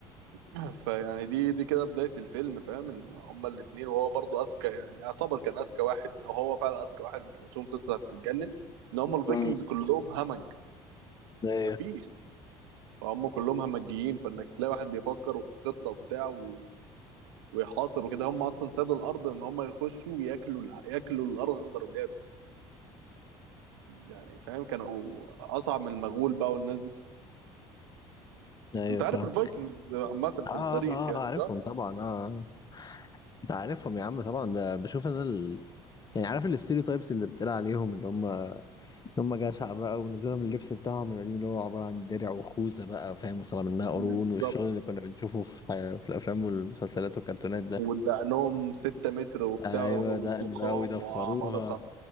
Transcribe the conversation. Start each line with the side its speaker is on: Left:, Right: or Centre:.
Right: <clears throat> فيعني دي دي كده بداية الفيلم فاهم ان هما الاتنين وهو برضه اذكى يعني يعتبر كان اذكى واحد او هو فعلا اذكى واحد انت لو تشوف مسلسل هتتجنن ان هما الفايكنجز
Left: أمم.
Right: كلهم همج
Left: ايوه
Right: مفيش فهم كلهم همجيين فانك تلاقي واحد بيفكر وخطة وبتاع و- ويحاصر وكده هم اصلا سادوا الارض ان هم يخشوا وياكلوا الع- ياكلوا الارغدر واليابس يعني فاهم كانوا اصعب من المغول بقى والناس دي
Left: ايوه
Right: انت عارف
Left: فاهم
Right: الفايكنجز عامه في
Left: اه
Right: التاريخ
Left: اه
Right: يعني
Left: آه، عارفهم
Right: صح؟
Left: طبعا اه آه. انت عارفهم يا عم طبعا ب- بشوف انا ال... يعني عارف الاستيريوتايبس اللي بتقال عليهم اللي هم اللي هم جشع بقى وبالنسبه لهم اللبس بتاعهم القديم اللي هو عباره عن درع وخوذه بقى فاهم وطلع منها قرون
Right: بالظبط
Left: والشغل اللي كنا بنشوفه في في الافلام والمسلسلات والكرتونات ده
Right: ودقنهم 6 متر وبتاع
Left: ايوه
Right: وضخام
Left: دقن بقى ويدفروها
Right: وعمالقه